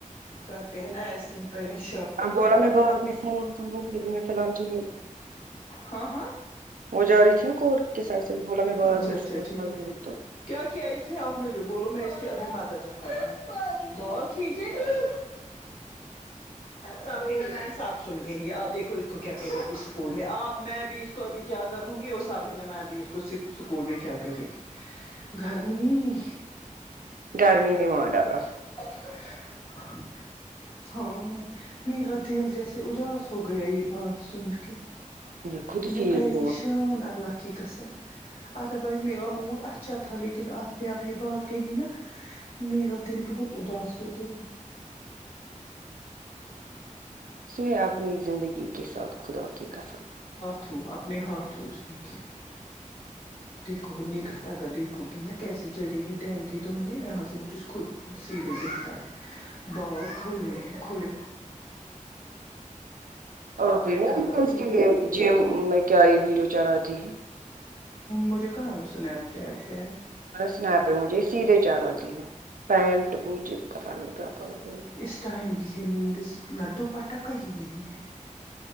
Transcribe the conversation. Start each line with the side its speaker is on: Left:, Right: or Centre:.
Left: کرتے ہے نہ ایسے ہی پریش
Right: ا بولا میں بعدمی فون کروں گ بھی میں فی الحال جی
Left: ہاں ہاں
Right: وہ جا رہی تھی نا کوٹ کے سایڈ سے بولا میں بعد
Left: اچھا
Right: میں
Left: اچھا
Right: <unintelligible>
Left: ٹھیک
Right: گی تو
Left: کیا کیا اس نے آپ مجھے بولو میں اس کے ابھی مزہ چکھاؤں گی بال کھینچے آ سبا میم صاب سن رہی ہے اپ دیکھو اس کو کیا کرے گی اسکول میں آپ میں بھی تو ابھی کیا کہو نگی وہ سب ہے نہ میں بھی اسکے صرف اسکول میں کیا کریگی گرمی
Right: گرمی نے مارڈالا
Left: ہا ہاں میرا دل جیسے اداس ہو گیا یہ بات سن کے
Right: مجھے خود
Left: انے
Right: فیل
Left: پریشان
Right: ہوا
Left: اللہ کی قسم ادروائیز میرا موڈ اچھا تھا لیکن آپ نے ابھی بات کہی نہ میرا دل بہت اداس ہو گیا
Right: اس نے اپنی زندگی کے ساتھ خدا کی قسم
Left: تو وہ اپنے ہاتھو اس نے کیا دیکھو وہ نگہت آغا دیکھو گی نا کیسے چڑھی ہے ٹینکی دھونے یہاں سے مجھے اس خود سیدھے سے پتا ہے بال کھولے ہے کھولے
Right: آگئی ہوگی
Left: کلر
Right: اس
Left: کی
Right: کے لیے جیم میں کیا یہ ویڈیو چڑھاتی ہے
Left: مجھے کہاں ہے وہ اسنیپ چیٹ پہ ہے
Right: پر سنیپ پے مجھے سیدھے چڑھاتی اتی ہے پینٹ کچھ پتا نہیں کیا پاگل پن ہے
Left: اس ٹائم بھی یہ منس نڈو پٹاک ہی نہیں ہے